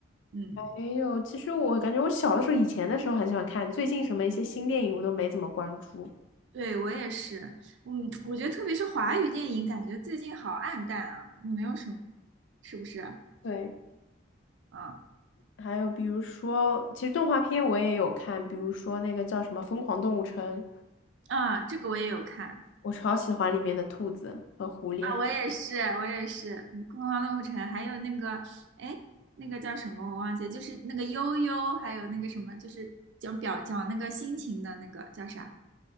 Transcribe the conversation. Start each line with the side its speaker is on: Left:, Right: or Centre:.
Right: 嗯，
Left: 没有，其实我感觉我小的时候，以前的时候很喜欢看，最近什么一些新电影我都没怎么关注。
Right: 对，我也是，嗯，我觉得特别是华语电影，感觉最近好暗淡啊，没有什么，是不是？
Left: 对，
Right: 嗯。
Left: 还有比如说，其实动画片我也有看，比如说那个叫什么《疯狂动物城》，
Right: 啊，这个我也有看
Left: 我超喜欢里面的兔子和狐狸。
Right: 啊，我也是，我也是，嗯疯狂动物城》，还有那个，哎，那个叫什么我忘记了，就是那个悠悠，还有那个什么，就是讲表讲那个心情的那个叫啥？